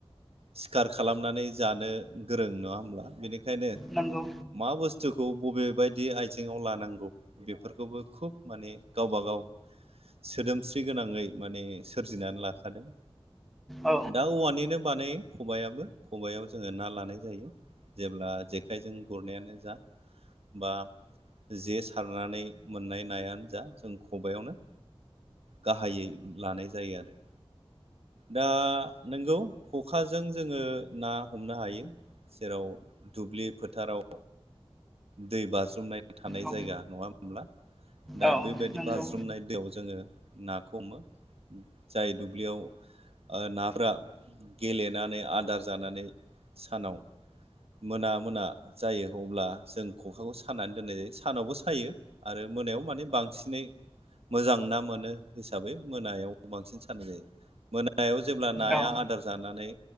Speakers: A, on the right (about 80°); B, in the centre.
A: सिखार खालामनानै जानो गोरों नङा होमब्ला बेनिखायनो
B: नंगौ
A: मा बुस्थुखौ बबे बायदि आयजें आव लानांगौ। बेफोरखौबो खुब माने गावब गाव सोदोमस्रि गोनाङै माने सद बुजिनानै लाखादों
B: औ
A: दा औवानिनो बानायो खबायाइाबो खबायाव जोङो ना लानाय जायो। जेब्ला जेखाइजों गुरनायानो जा बा जे सारनानै मोननाय नायानो जा जों खबाइयावनो गाहायै लानाय जायो आरो। दा नोंगौ खखाजों जोङो ना हमनो हायो। जेराव दुब्लि फोथाराव दै बाज्रुमनाय थानाय
B: औ
A: जायगा नङा हब्ला दा
B: औ
A: बेबायादि
B: नंगौ
A: बाज्रुमनाय दैयाव जोङो नाखौ हमो जाय दुब्लियाव ओ नाफ्रा गेलेनानै आदार जानानै सानाव मोना मोना जायो अब्ला जों खखाखौ सानानै दोननाय जायो सानावबो सायो आरो मोनायाव माने बांसिनै मोजां ना मोनो हिसाबै मोनायाव बांसिन सानाय जायो मोना नायाव जेब्ला नाया
B: औ
A: आदार जानानै